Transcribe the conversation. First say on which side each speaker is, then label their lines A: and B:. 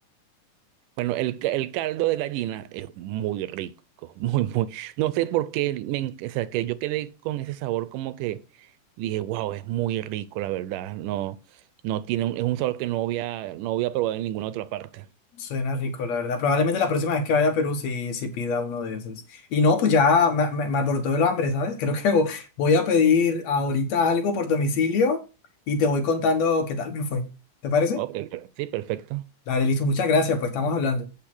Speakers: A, on the right (about 85°); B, on the left (about 60°).
A: Bueno, el, ca- el caldo de gallina es muy rico, <laughs> muy, muy. No sé por qué, me, en- o sea, que yo quedé con ese sabor como que dije, wow, es muy rico, la verdad. No, no tiene, un- es un sabor que no había, no había probado en ninguna otra parte.
B: Suena rico, la verdad. Probablemente la próxima vez que vaya a Perú sí, sí pida uno de esos. Y no, pues ya me, me- me alborotó el hambre, ¿sabes? <laughs> Creo que vo- voy a pedir ahorita algo por domicilio y te voy contando qué tal me fue. ¿Te parece?
A: Ok, per- sí, perfecto.
B: Dale, listo. Muchas gracias, pues estamos hablando.